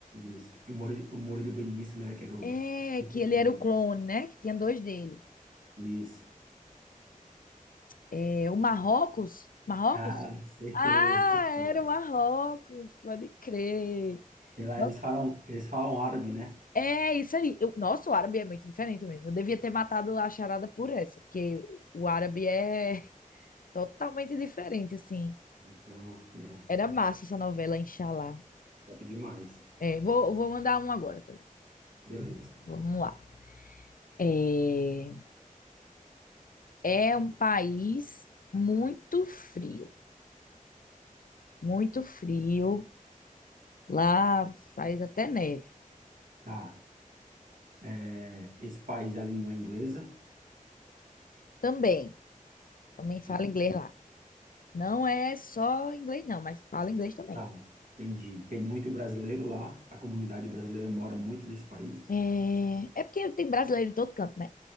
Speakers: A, on the right; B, on the left.
A: isso, E o Murilo, o Murilo Benício, né, que era os
B: É,
A: os principais,
B: que ele era o
A: né?
B: clone, né? Que tinha dois dele.
A: Isso.
B: É, o Marrocos? Marrocos?
A: Ah, acertou,
B: Ah,
A: acertou.
B: era o Marrocos, pode crer.
A: Sei lá,
B: Nossa,
A: eles falam, eles falam árabe, né?
B: é isso aí. Eu, nossa, o árabe é muito diferente mesmo. Eu devia ter matado a charada por essa, porque o árabe é <laughs> totalmente diferente, assim.
A: Então, é,
B: Era massa
A: é,
B: essa novela, Inshallah.
A: top demais.
B: É, vou, vou mandar um agora também.
A: Beleza.
B: Vamos lá. É, é um país muito frio, muito frio. Lá faz até neve.
A: Tá. É, esse país, a língua é inglesa?
B: Também, também fala
A: Também.
B: inglês lá. Não é só inglês, não, mas fala inglês também.
A: Tá, entendi. Tem muito brasileiro lá, a comunidade brasileira mora muito nesse país?
B: É, é porque tem brasileiro em todo canto, né?